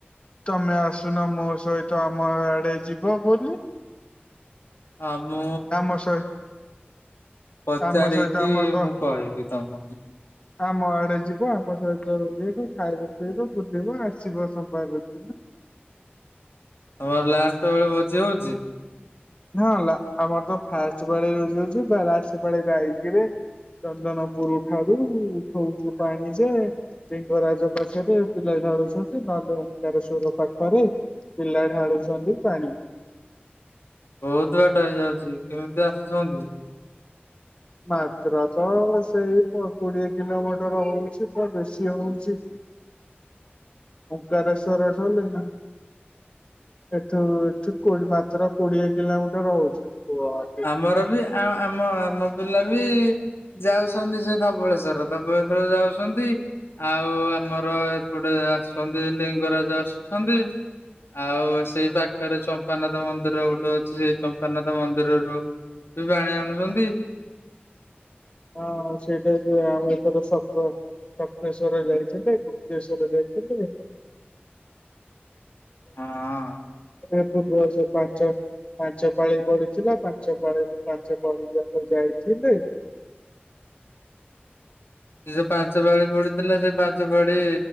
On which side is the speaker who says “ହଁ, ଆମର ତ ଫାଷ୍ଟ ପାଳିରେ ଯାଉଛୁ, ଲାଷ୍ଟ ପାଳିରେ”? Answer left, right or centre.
Left